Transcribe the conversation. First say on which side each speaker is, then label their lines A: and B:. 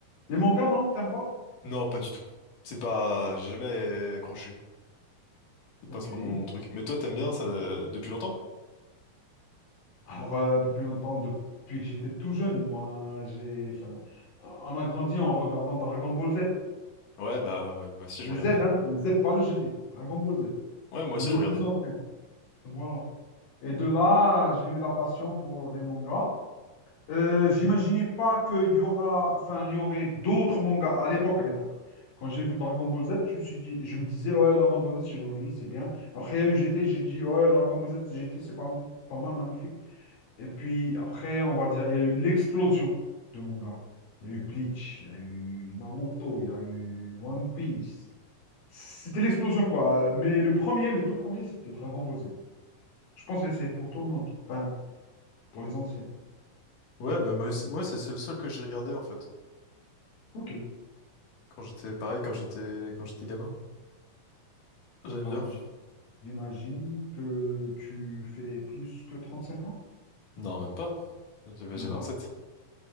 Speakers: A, on the left; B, on the left.
A: les mangas, non, t'aimes pas?
B: Non, pas du tout. C'est pas... J'ai jamais accroché. C'est
A: Ok.
B: pas trop mon truc. Mais toi, t'aimes bien ça euh, depuis longtemps?
A: Alors, euh, depuis longtemps, depuis que j'étais tout jeune, moi, j'ai, enfin, on a grandi en regardant Dragon Ball Z.
B: Ouais, bah ouais, moi aussi,
A: Le
B: je regardais.
A: Z, hein, le Z, pas le G T. Dragon Ball Z,
B: Ouais, moi
A: le
B: aussi, je regardais.
A: plus ancien. Donc voilà. Et de là, j'ai eu la passion pour les mangas. Euh, j'imaginais pas qu'il y aura, enfin, il y aurait d'autres mangas à l'époque, à l'époque. Quand j'ai vu Dragon Ball Z, je me suis dit, je me disais, ouais, Dragon Ball Z, c'est joli, c'est bien. Après, il y a eu G T. j'ai dit, ouais, Dragon Ball Z, G T. c'est pas, pas mal, magnifique. Et puis après, on va dire, il y a eu l'explosion de manga. Il y a eu Bleach, il y a eu Naruto, il y a eu One Piece. C'était l'explosion, quoi. Mais le premier, le tout premier, c'était Dragon Ball Z. Je pense que c'est pour tout le monde. Enfin, pour les anciens.
B: Ouais, bah moi aussi, moi c'est c'est le seul que j'ai regardé en fait.
A: Ok.
B: Quand j'étais pareil, quand j'étais quand j'étais gamin. J'aimais bien.
A: Alors, j- j'imagine que tu fais plus que trente cinq ans?
B: Non, même pas. J'ai
A: Même
B: j'ai
A: pas?
B: sept